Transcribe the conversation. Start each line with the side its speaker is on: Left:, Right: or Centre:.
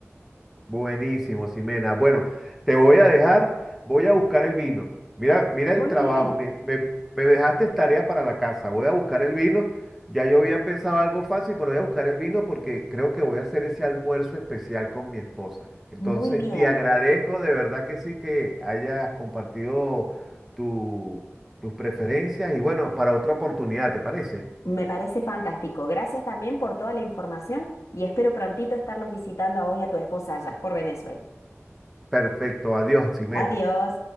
Centre: Buenísimo, Ximena. Bueno, te voy a dejar, voy a buscar el vino. Mira, mira el
Left: Muy
Centre: trabajo,
Left: bien.
Centre: me, me- me dejaste tarea para la casa. Voy a buscar el vino. Ya yo había pensado algo fácil, pero voy a buscar el vino porque creo que voy a hacer ese almuerzo especial con mi esposa. Entonces,
Left: Muy bien,
Centre: te agradezco de verdad que sí que hayas compartido tu- tus preferencias y bueno, para otra oportunidad, ¿te parece?
Left: me parece fantástico. Gracias también por toda la información y espero prontito estarlos visitando a vos y a tu esposa allá por Venezuela.
Centre: Perfecto, adiós, Ximena.
Left: Adiós.